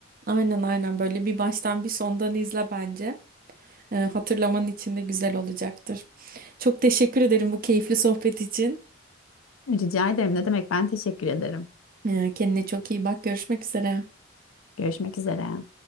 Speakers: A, on the right; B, on the left.
A: Aynen aynen. Böyle bir baştan bir sondan izle bence. Ee, hatırlaman için de güzel olacaktır. Çok teşekkür ederim bu keyifli sohbet için.
B: Rica ederim. Ne demek? Ben teşekkür ederim.
A: Ee, kendine çok iyi bak. Görüşmek üzere.
B: Görüşmek üzere.